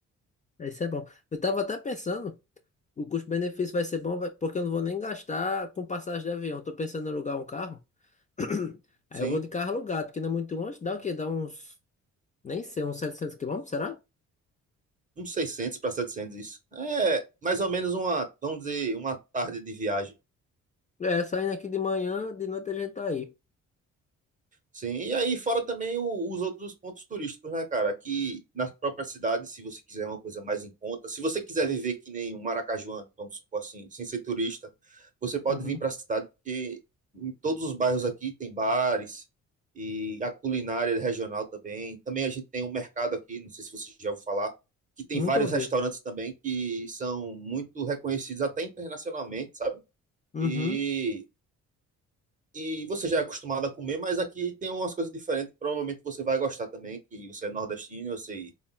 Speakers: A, on the left; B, on the right.
A: Isso é bom. Eu tava até pensando, o custo-benefício vai ser bom, vai- porque eu não vou nem gastar com passagem de avião. Tô pensando em alugar um carro. <clears throat> Aí
B: Sim,
A: eu vou de carro alugado, que não é muito longe. Dá o quê? Dá uns, nem sei, uns 700 quilômetros, será?
B: uns 600 para 700 isso. É mais ou menos uma, vamos dizer, uma tarde de viagem.
A: É, saindo aqui de manhã, de noite a gente tá aí.
B: Sim, e aí fora também o- os outros pontos turísticos, né, cara? Aqui na própria cidade, se você quiser uma coisa mais em conta, se você quiser viver que nem um maracajuano, vamos supor assim, sem ser turista, você pode
A: Uhum.
B: vir para a cidade, porque em todos os bairros aqui tem bares e a culinária regional também. Também a gente tem um mercado aqui, não sei se você já ouviu falar, que tem
A: Nunca
B: vários
A: ouvi.
B: restaurantes também que são muito reconhecidos até internacionalmente, sabe?
A: Uhum,
B: e e você já é acostumado a comer, mas aqui tem umas coisas diferentes que provavelmente você vai gostar também, que você é nordestino, eu sei